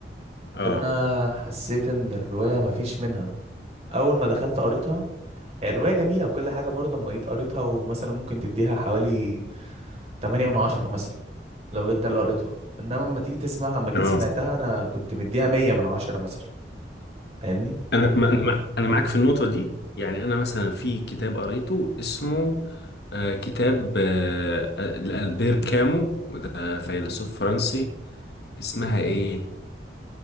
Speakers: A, on the left (about 70°); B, on the right (about 35°).
A: اه
B: ده انا حسيت ان الروايه مفيش منها اول ما دخلت قريتها هي الروايه جميله وكل حاجه برضه اما جيت قريتها ومثلا ممكن تديها حوالي 8 من 10 مثلا لو جيت ده اللي قريتها انما اما تيجي تسمعها اما جيت
A: اه
B: سمعتها انا كنت مديها 100 من 10 مثلا فاهمني
A: انا ما- انا مع- انا معاك في النقطة دي يعني انا مثلا في كتاب قريته اسمه آه، كتاب آه، لألبير كامو وده فيلسوف فرنسي اسمها ايه